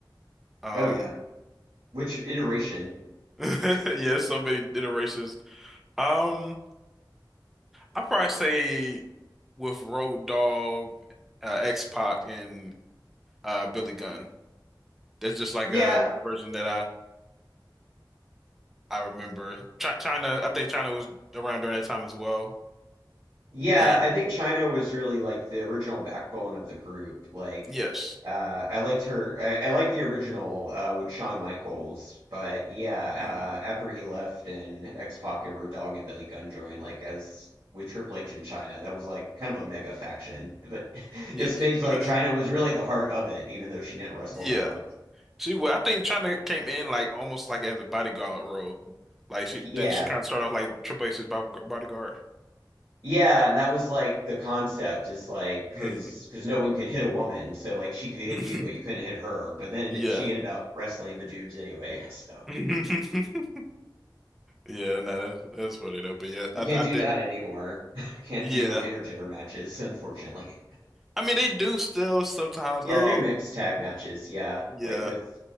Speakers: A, in the centre; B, on the right.
A: Um,
B: Oh yeah. Which iteration?
A: <laughs> yeah, so many iterations. Um, I'd probably say with Road Dogg, uh, X-Pac, and uh Billy Gunn. That's just like
B: Yeah,
A: a, a version that I I remember Chi China. I think China was around during that time as well.
B: Yeah,
A: And
B: I think China was really like the original backbone of the group. Like,
A: yes,
B: uh, I liked her. I, I liked the original uh, with Shawn Michaels, but yeah,
A: mm,
B: uh, after he left and X-Pac and Road Dogg and Billy Gunn joined, like as with Triple H in China, that was like kind of a mega faction. But <laughs>
A: yes,
B: it's made
A: <laughs>
B: like China was really the heart of it, even though she didn't wrestle
A: yeah.
B: that much.
A: She well, I think China came in like almost like as a bodyguard role. Like she didn't
B: Yeah.
A: she kind of start off like Triple H's bo- bodyguard.
B: Yeah, and that was like the concept is like cuz
A: Mm.
B: cuz no one could hit a woman, so like she could hit
A: <laughs>
B: you but you couldn't hit her, but then
A: Yeah.
B: she ended up wrestling the dudes anyway. <laughs> So
A: <laughs> Yeah, no, that's that's funny though. But yeah,
B: you
A: I,
B: can't
A: I
B: do
A: did.
B: that anymore. <laughs> Can't
A: Yeah,
B: do intergender matches, unfortunately. <laughs>
A: I mean they do still sometimes.
B: Yeah,
A: Um,
B: they do mixed tag matches, yeah.
A: yeah,
B: Like with